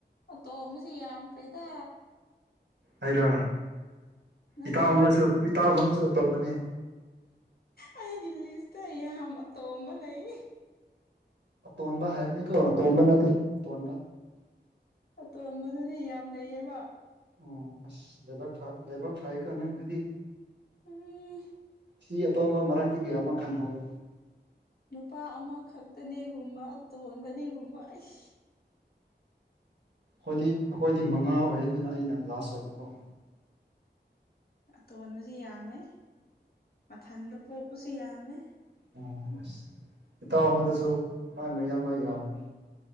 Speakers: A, on the left (about 55°); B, on the right (about 75°).
A: ꯑꯇꯣꯝꯕꯁꯤ ꯌꯥꯝꯈ꯭ꯔꯦꯗ
B: ꯑꯩꯔ
A: ꯅꯠꯇꯦ
B: ꯏꯇꯥꯎ ꯑꯃꯅꯁꯨ ꯏꯇꯥꯎ ꯑꯃꯅꯁꯨ ꯇꯣꯝꯕꯅꯦ
A: ꯑꯩꯒꯤ ꯂꯤꯁꯇ ꯌꯥꯝ ꯑꯇꯣꯝꯕ ꯂꯩ
B: ꯑꯇꯣꯟꯕ ꯍꯥꯢꯕꯅꯤꯀꯣ ꯑꯇꯣꯝꯕ ꯅꯠꯇꯦ ꯑꯇꯣꯟꯕ
A: ꯑꯇꯣꯟꯕꯗꯨꯅꯤ ꯌꯥꯝ ꯂꯩꯌꯦꯕ
B: ꯑꯣ ꯑꯁ ꯂꯩꯕꯥꯛ ꯐ ꯂꯩꯕꯥꯛ ꯐꯩꯀꯣ ꯅꯪ ꯑꯗꯨꯗꯤ
A: ꯎꯝ ꯏ
B: ꯁꯤ ꯑꯇꯣꯝꯕ ꯃꯔꯛꯇꯒꯤ ꯑꯃ ꯈꯟꯍꯧꯔꯣ
A: ꯅꯨꯄꯥ ꯑꯃꯈꯛꯇꯅꯦꯒꯨꯝꯕ ꯇꯣꯟꯕꯅꯦꯒꯨꯝꯕ ꯑꯩꯁ
B: ꯈꯣꯢꯗꯤ ꯑꯩꯈꯣꯢꯗꯤ ꯃꯉꯥ ꯑꯣꯢ ꯑꯗꯨꯅ ꯑꯩꯅ ꯂꯥꯁ ꯑꯣꯢꯕꯀꯣ
A: ꯑꯇꯣꯟꯕꯖꯤ ꯌꯥꯝꯃꯦ ꯃꯊꯟꯗ ꯄꯣꯛꯄꯁꯤ ꯌꯥꯝꯃꯦ
B: ꯎꯝ ꯑꯁ ꯏꯇꯥꯎ ꯑꯃꯗꯨꯁꯨ ꯃꯥꯢ ꯃꯌꯥꯝꯕ ꯌꯥꯝꯕꯅꯤ